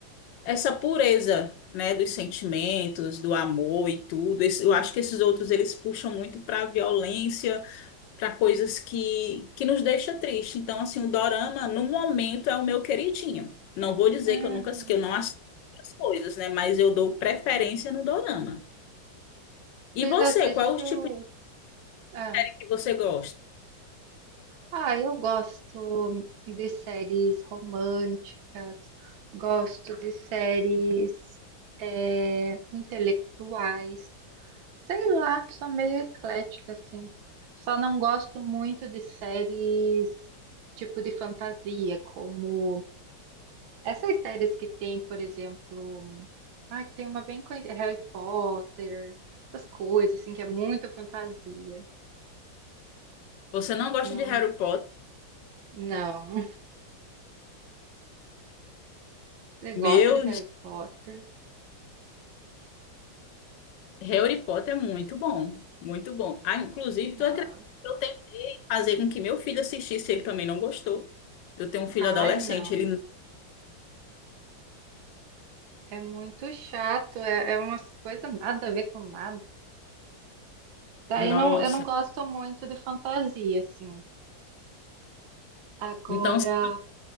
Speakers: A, on the left; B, on the right.
A: essa pureza, né, dos sentimentos, do amor e tudo. Esse- eu acho que esses outros eles puxam muito para violência, para coisas que que nos deixa triste. Então, assim, o dorama no momento é o meu queridinho. Não vou dizer
B: Uhum.
A: que eu nunca que eu não assisto as coisas, né, mas eu dou preferência no dorama. E
B: Você
A: você,
B: já assistiu?
A: qual é o tipo de
B: Ah,
A: série que você gosta?
B: Ah, eu gosto de séries românticas, gosto de séries é, intelectuais, sei lá, sou meio eclética, assim. Só não gosto muito de séries tipo de fantasia, como essas séries que tem, por exemplo, ah, que tem uma bem conhecida, Harry Potter, essas coisas, assim, que é muito fantasia.
A: Você não gosta
B: Não,
A: de Harry Potter?
B: não. <laughs> Você
A: Meu
B: gosta de Harry Potter?
A: Harry Potter é muito bom, muito bom. Ah, inclusive,
B: Nossa.
A: tu acredita que eu tentei fazer com que meu filho assistisse, ele também não gostou. Eu tenho um filho
B: Ai,
A: adolescente,
B: não.
A: ele,
B: É muito chato. É, é umas coisas nada a ver com nada. Daí
A: nossa.
B: não, eu não gosto muito de fantasia, assim. Agora,
A: Então, se